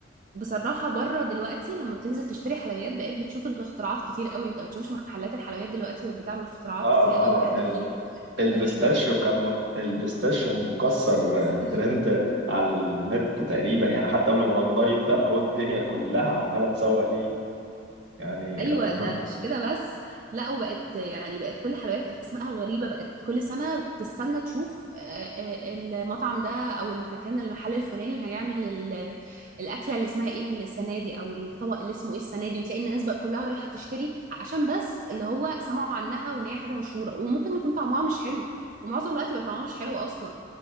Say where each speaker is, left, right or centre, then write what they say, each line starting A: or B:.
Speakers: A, on the right; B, on the right.
A: بصراحة بره دلوقتي لما بتنزل تشتري حلويات بقيت بتشوف الاختراعات كتير قوي انت ما بتشوفش محلات الحلويات دلوقتي بقت بتعمل اختراعات
B: اه
A: كتيرة قوي وحاجات
B: اه ال-
A: غريبة
B: البيستاشيو
A: غريبة و...
B: كان البيستاشيو مكسر
A: بس-
B: آه، ترند على النت تقريبا يعني حتى قبل ما رمضان يبدأ اهو الدنيا كلها عمالة تسوق ليه يعني
A: ايوه
B: <laughs>
A: ده مش كده بس لا وبقت يعني بقت كل حلويات اسمائها غريبه بقت كل سنه بتستنى تشوف آه، آه، المطعم ده او المكان المحل الفلاني هيعمل ال- الاكله اللي اسمها ايه السنه دي او الطبق اللي اسمه ايه السنه دي وتلاقي الناس بقى كلها رايحه تشتري عشان بس اللي هو سمعوا عنها وان هي حاجه مشهوره وممكن يكون طعمها مش حلو ومعظم الوقت بيبقى طعمها مش حلو اصلا